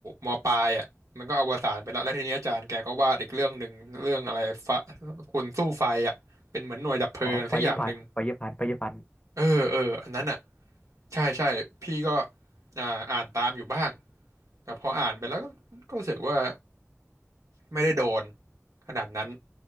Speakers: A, on the right; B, on the left.
A: มปลายอ่ะมันก็อวสานไปแล้วแล้วทีนี้อาจารย์แกก็วาดอีกเรื่องหนึ่งเรื่องอะไรฟะคุณสู้ไฟอ่ะเป็นเหมือนหน่วยดับเพลิงสักอย่างหนึ่ง
B: อ๋อไฟเยอร์พันไฟเยอร์พันไฟเยอร์พัน
A: เออเอออันนั้นอ่ะใช่ใช่พี่ก็อ่าอ่านตามอยู่บ้างแต่พออ่านไปแล้วก็ก็รู้สึกว่าไม่ได้โดนขนาดนั้น